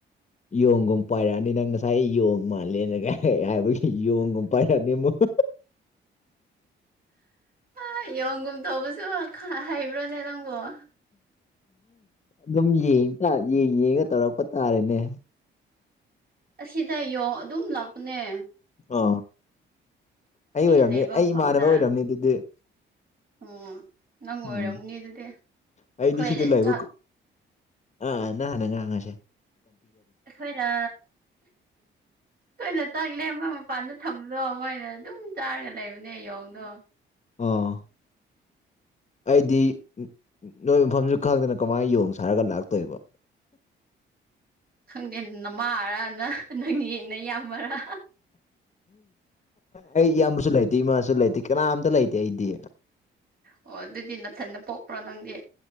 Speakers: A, on the left; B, on the right.
A: ꯌꯣꯡꯒꯨꯝ ꯄꯥꯏꯔꯛꯑꯅꯤ ꯅꯪ ꯉꯁꯥꯏ ꯌꯣꯡ ꯃꯥꯜꯂꯦꯅ ꯀꯥꯏꯔꯛꯦ ꯍꯥꯏꯕꯒꯤ ꯌꯣꯡꯒꯨꯝ ꯄꯥꯏꯔꯛꯑꯅꯤ ꯑꯃꯨꯛ ꯍ
B: ꯑ ꯌꯣꯡꯒꯨꯝ ꯇꯧꯕꯁꯨ ꯈ ꯍꯩꯕ꯭ꯔꯣꯅꯦ ꯅꯪꯕꯨꯣ
A: ꯑꯗꯨꯝ ꯌꯦꯡ ꯌꯦꯡꯒ ꯇꯧꯔꯛꯄ ꯇꯥꯔꯦꯅꯦ
B: ꯑꯁꯤꯗ ꯌꯦꯡ ꯑꯗꯨꯝ ꯂꯥꯛꯄꯅꯦ
A: ꯑ ꯑꯩ ꯑꯣꯏꯔꯝꯅꯦ
B: ꯂꯩꯕ
A: ꯑꯩ
B: ꯃꯐꯝꯗ
A: ꯏꯃꯥꯟꯅꯕ ꯑꯣꯏꯔꯝꯅꯦ ꯑꯗꯨꯗꯤ
B: ꯎꯝ ꯅꯪ ꯑꯣꯏꯔꯝꯅꯤ
A: ꯎꯝ
B: ꯑꯗꯨꯗꯤ ꯑꯩꯈꯣꯏꯅ
A: ꯑꯩꯗꯤ ꯁꯤꯗ ꯂꯩꯕ
B: ꯆꯥꯛ
A: ꯑꯥ ꯅꯅꯦꯪ ꯉꯉꯁꯦ
B: ꯑꯩꯈꯣꯏꯅ ꯇꯣꯏꯅ ꯆꯪꯂꯦ ꯃꯣꯏ ꯃꯄꯥꯟꯗ ꯊꯝꯕꯗꯣ ꯃꯣꯏꯅ ꯑꯗꯨꯝ ꯆꯥꯔꯒ ꯂꯩꯕꯅꯦ ꯌꯦꯣꯡꯗꯣ
A: ꯑꯥ ꯑꯩꯗꯤ ꯅꯣꯏ ꯃꯐꯝꯁꯨ ꯈꯪꯗꯅ ꯀꯃꯥꯏꯅ ꯌꯣꯡ ꯁꯥꯔꯒ ꯂꯥꯛꯇꯣꯏꯕ
B: ꯈꯪꯗꯦ ꯅꯃꯥꯔꯥꯅ ꯅꯪꯉꯦꯅ ꯌꯥꯝꯃꯔꯥ
A: ꯑꯩ ꯏꯌꯥꯝꯕꯁꯨ ꯂꯩꯇꯦ ꯏꯃꯥꯁꯨ ꯂꯩꯇꯦ ꯀꯅꯥꯝꯇ ꯂꯩꯇꯦ ꯑꯩꯗꯤ
B: ꯑꯣ ꯑꯗꯨꯗꯤ ꯅꯅꯥꯊꯟꯟꯅ ꯄꯣꯛꯄ꯭ꯔꯣ ꯅꯪꯗꯤ